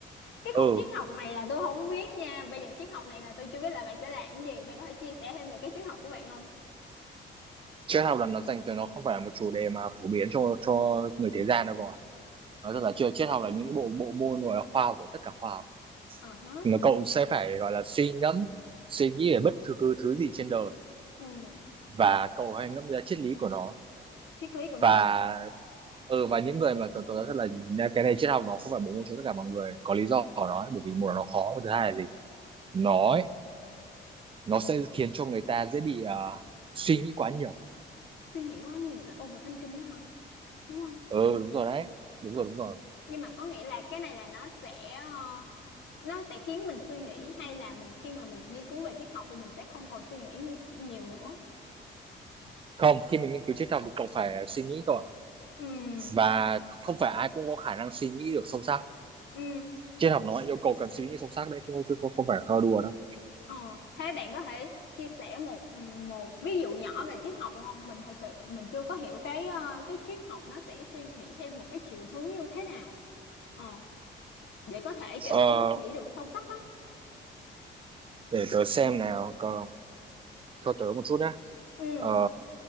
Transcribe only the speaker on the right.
Ừ,
triết học là nó dành cho nó không phải là một chủ đề mà phổ biến cho cho người thế gian đâu cậu ạ. Nói thật là chưa triết học là những bộ bộ môn rồi là khoa học của tất cả khoa học.
Mà cậu sẽ phải gọi là suy ngẫm suy nghĩ về bất cứ thứ thứ gì trên đời
và cậu hãy ngẫm ra triết lý của nó
và ừ và những người mà tôi tôi nói thật là cái này triết học nó không phải bốn môn cho tất cả mọi người có lý do của nó ấy, bởi vì một là nó khó và thứ hai là gì nó ấy, nó sẽ khiến cho người ta dễ bị à, suy nghĩ quá nhiều
ừ đúng rồi đấy đúng rồi đúng rồi
không khi mình nghiên cứu triết học thì cậu phải suy nghĩ cậu ạ
và không phải ai cũng có khả năng suy nghĩ được sâu sắc
triết học nó yêu cầu cần suy nghĩ sâu sắc đấy chứ không chứ không không phải là thơ đùa đâu
Ờ,
để tớ xem nào, cờ, cho tớ một chút nhé.
Ờ,